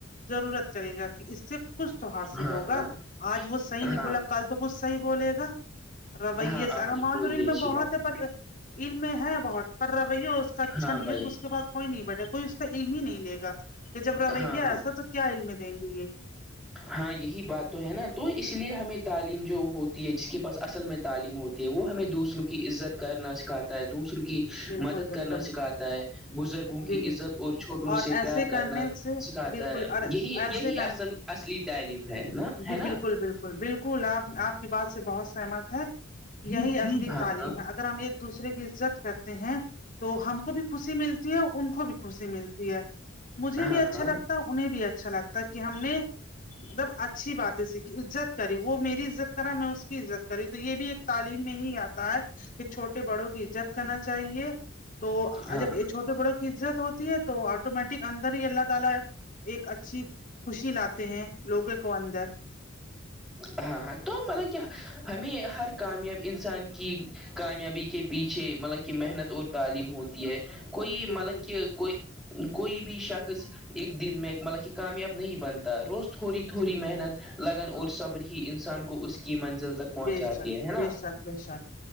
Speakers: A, on the left; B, in the centre.
A: ضرورت کرے گا کہ اس سے سب کچھ تو حاصل
B: ہاں
A: ہوگا
B: ہاں
A: آج وہ صحیح نہیں
B: ہاں
A: بولا کل تو کچھ صحیح بولے گا رویے
B: ہاں
A: سے
B: آپ
A: اگر
B: نے
A: معلوم
B: بہت ہی
A: ان میں
B: اچھی
A: بہت
B: بات
A: ہے پر علم میں ہے بہت پر روی اس کا اچھا
B: ہاں
A: نہیں
B: بھائی
A: ہے اس کے پاس کوئی نہیں بیٹا کوئی اس کا علم ہی نہیں لے گا کہ جب رویہ
B: ہاں ہاں
A: ایسا تو کیا علم دیں گے یہ
B: ہاں یہی بات تو ہے نا تو اس لیے ہمیں تعلیم جو ہو ہے جس کے پاس اصل میں تعلیم ہوتی ہے وہ ہمیں دوسروں کی عزت کرنا سکھاتا ہے دوسروں کی
A: بالکل
B: مدد
A: بالکل
B: کرنا سکھاتا ہے بزرگوں
A: جی
B: کی
A: جی
B: عزت اور چھوٹوں سے
A: ایسے
B: پیار
A: کرنے
B: کرنا
A: سے
B: سکھاتا
A: بالکل
B: ہے
A: اور
B: یہی
A: ایسے
B: یہی
A: کر
B: اصل اصلی تعلیم ہے نا
A: جی
B: ہے نا
A: بالکل بالکل بالکل آپ آپ کی بات سے بہت سہمت ہے یہی عگلی
B: ہاں
A: تعلیم
B: ہاں
A: ہے اگر ہم ایک دوسرے کی عزت کرتے ہیں تو ہم کو بھی خوشی ملتی ہے اور ان کو بھی خوشی ملتی ہے مجھے
B: ہاں
A: بھی اچھا
B: ہاں ہاں
A: لگتا انہیں بھی اچھا لگتا کہ ہم نے مطلب اچھی باتیں سیکھی عزت کری وہ میری عزت کرا میں اس کی عزت کری تو یہ بھی ایک تعلیم میں ہی آتا ہے کہ چھوٹے بڑوں کی عزت کرنا چاہیے تو
B: ہاں
A: جب یہ چھوٹے بڑوں عزت ہوتی ہے تو آٹومیٹک اندر ہی اللہ تعالی ایک اچھی خوشی لاتے ہیں لوگوں کو اندر
B: ہاں ہاں تو مطلب کہ ہمیں ہر کامیاب انسان کی کامیابی کے پیچھے مطلب کہ محنت اور تعلیم ہوتی ہے کوئی
A: بالکل
B: مطلب کہ کوئی کوئی بھی شخص ایک دن میں مطلب کہ کامیاب نہیں بنتا روز تھوڑی تھوڑی
A: جی جی
B: محنت لگن اور
A: ہاں،
B: صبر ہی انسان کو اس کی منزل تک پہنچاتی
A: بے شک
B: ہے ہے نا
A: بے شک بے شک